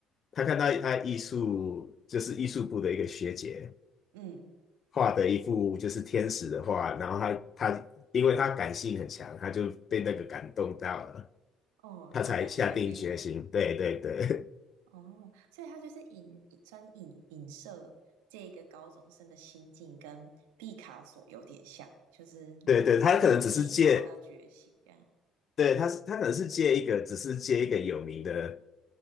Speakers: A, on the left; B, on the right.
A: 他看到他艺术就是艺术部的一个学姐。
B: 嗯，
A: 画的一幅就是天使的画，然后他他因为他感性很强，他就被那个感动到了，
B: 哦，
A: 他才下定决心。
B: 他才决定。
A: 对对对
B: 哦，所以他就是影专影影射这个高中生的心境，跟毕卡索有点像，就是他从低潮到觉醒这样
A: <laughs> 对对，他可能只是借，对他是他可能是借一个，只是借一个有名的